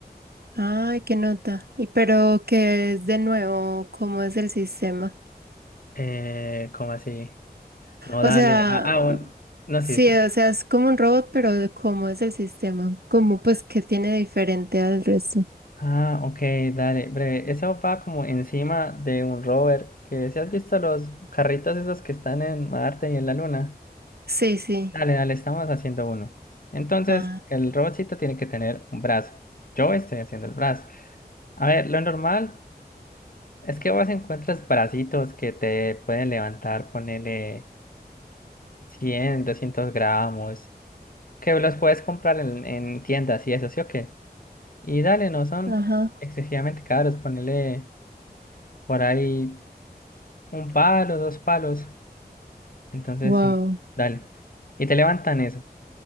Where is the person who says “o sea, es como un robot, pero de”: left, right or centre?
Right